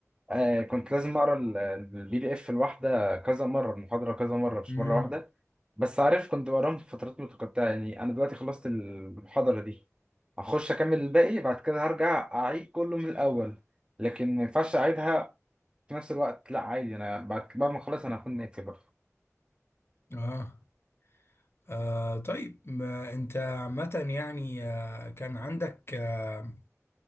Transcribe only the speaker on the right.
آه كنت لازم اقرا البي دي اف الواحده كذا مره المحاضره كذا مره مش
مره واحده بس عارف كنت بقراهم في فترات متقطعه يعني انا دلوقتي خلصت المحاضره دي هخش اكمل الباقي بعد كده هرجع اعيد كله من الاول لكن ما ينفعش اعيدها في نفس الوقت لا عادي انا بعد بعد ما اخلص انا هكون ناتي برضه